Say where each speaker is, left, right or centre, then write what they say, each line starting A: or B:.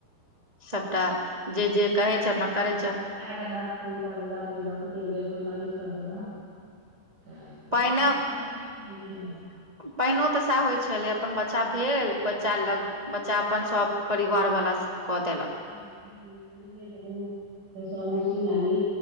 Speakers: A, on the right; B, on the right.
A: सभटा जे जे कहै छै अपना करैत जाउ।
B: दलक कोइ क दलक कोइ लक चल गेल कोइ मलिष तऽदलक। तऽ ओतेक
A: पहिने
B: भार नहि पड़ैत छै।
A: पानिओ तऽ सएह होइ छलै अपन बच्चा भेल बच्चा
B: हूँ
A: लग बच्चा अपन सभ। परिवारवला
B: हूँ
A: सब कऽ देलक।
B: <inaudible> तऽ सब मौसी नानी